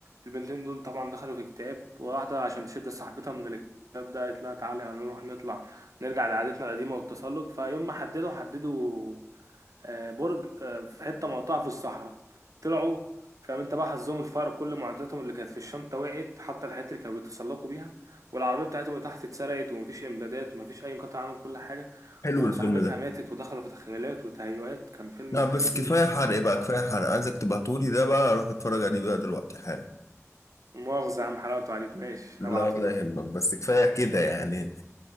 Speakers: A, on the right; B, on the left.
A: البنتين دول طبعا دخلوا في اكتئاب واحدة عشان تشد صاحبتها من الاكتئاب ده قالت لها تعالي هنروح نطلع نرجع لعادتنا القديمة والتسلق فيوم ما حددوا حددوا آه، برج آه، في حته مقطعه في الصحراء طلعوا فاهم انت بقى حظهم الفقر كل معداتهم اللي كانت في الشنطه وقعت حتى الحاجات اللي كانوا بيتسلقوا بيها والعربيه بتاعتهم اللي تحت اتسرقت ومفيش امدادات مفيش اي انقطاع عنهم كل حاجه
B: حلو
A: وصاحبتها
B: الفيلم ده
A: ماتت ودخلوا في تخيلات وتهيؤات كان فيلم
B: لا
A: ابن
B: بس
A: لذينه
B: كفايه حرق إيه بقى كفايه حرق عايزك تبعتولي ده بقى اروح اتفرج عليه بقى دلوقتي حالا
A: مؤاخذه يا عم حلاوته عليك ماشي
B: لا
A: هبعتهولك
B: ولا يهمك بس كفايه كده يعني